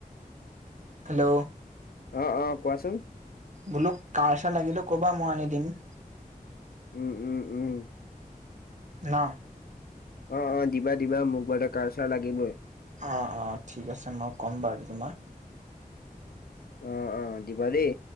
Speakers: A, on the right; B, on the left.
A: হেল্ল'!
B: অ, অ। কোৱাচোন?
A: বোলো কাৰ চাৰ লাগিলে ক'বা? মই আনি দিম।
B: উম, উম, উম।
A: ন?
B: অ অ, দিবা দিবা। মোক বাৰতে কাৰ চাৰ লাগিবই।
A: অ অ, ঠিক আছে মই ক'ম বাৰু তোমাক।
B: অ অ, দিবা দেই।